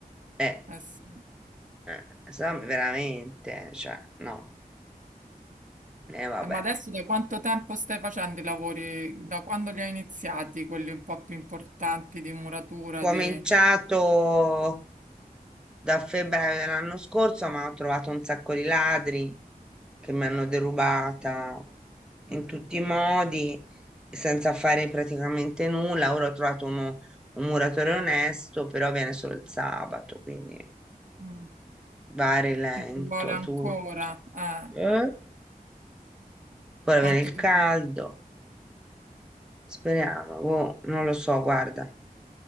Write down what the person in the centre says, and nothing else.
Eh,
eh, insomma, veramente, cioè, no, e vabbè.
Cominciato
da febbraio dell'anno scorso, ma ho trovato un sacco di ladri che mi hanno derubata in tutti i modi, senza fare praticamente nulla. Ora ho trovato uno- un muratore onesto, però viene solo il sabato, quindi
va a rilento
tutto.
Eh? Ora
viene il
caldo, speriamo, boh, non lo so, guarda,